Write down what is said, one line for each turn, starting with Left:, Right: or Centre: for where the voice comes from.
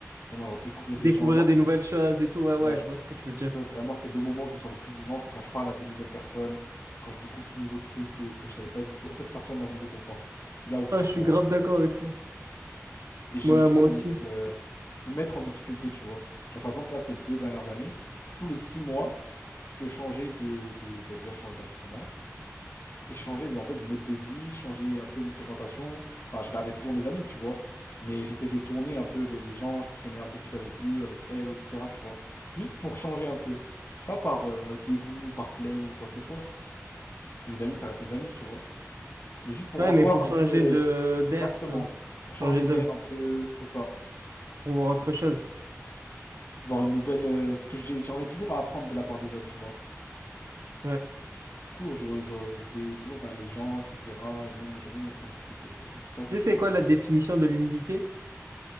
Left: Vraiment, genre, découvrir
Right: découvrir
Left: des gens. Moi, c'est
Right: des nouvelles
Left: toujours.
Right: choses et tout, ouais, ouais,
Left: Ouais.
Right: je vois ce que tu veux dire.
Left: Ça, vraiment, c'est le moment où je me sens le plus vivant, c'est quand je parle à de nouvelles personnes, quand je découvre de nouveaux trucs que, que je savais pas du tout. En fait, sortir de ma zone de confort, c'est là où je me
Right: Ah,
Left: sens
Right: je suis
Left: vraiment
Right: grave
Left: vivant.
Right: d'accord avec toi.
Left: Et j'aime
Right: Ouais,
Left: trop
Right: moi
Left: me
Right: aussi.
Left: mettre, euh, me mettre en difficulté, tu vois. Genre, par exemple, là, ces deux dernières années, tous les six mois, je changeais de, de bah, déjà, je changeais d'appartement et changer en fait de mode de vie, changer un peu mes fréquentations. Enfin, je gardais toujours mes amis, tu vois. Mais j'essaie de tourner un peu les, les gens, je traînais un peu plus avec lui ou avec elle, ou etc., tu vois. Juste pour changer un peu. Pas par euh, euh, dégoût, par flemme ou quoi que ce soit. Mes amis, ça reste mes amis, tu vois. Mais juste pour
Right: Ouais,
Left: avoir
Right: mais pour
Left: un
Right: changer
Left: nouvel
Right: de
Left: œil.
Right: d'air,
Left: Exactement.
Right: tu vois.
Left: Pour changer
Right: Changer de...
Left: d'air un peu, c'est ça.
Right: pour voir autre chose.
Left: Voir une nouvelle... euh, parce que j'ai- j'en ai toujours à apprendre de la part des autres, tu vois.
Right: Ouais.
Left: Du coup, je, je, je vais toujours vers les gens, etc. Et même, j'aime bien me mettre en difficulté, quoi. Donc c'est ça qui
Right: Tu
Left: me
Right: sais,
Left: fait
Right: c'est
Left: sentir
Right: quoi la
Left: bien.
Right: définition de l'humilité?